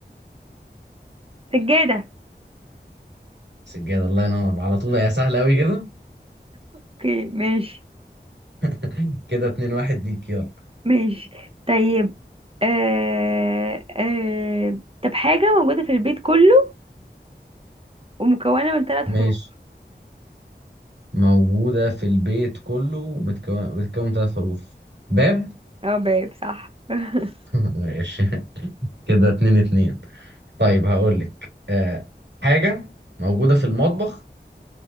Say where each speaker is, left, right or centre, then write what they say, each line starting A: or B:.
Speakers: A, on the right; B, on the right.
A: سجادة
B: سجادة الله ينور على طول يا سهلة أوي كده
A: اوكي ماشي
B: <laughs> كده اتنين واحد ليك يلا
A: ماشي طيب آه آه طب حاجة موجودة في البيت كله ومكونة من ثلاث حروف
B: ماشي موجودة في البيت كله بتكون بتكون ثلاث حروف باب
A: اه باب صح <laughs>
B: <laughs> ماشي كده اتنين اتنين طيب هقول لك آه حاجة موجودة في المطبخ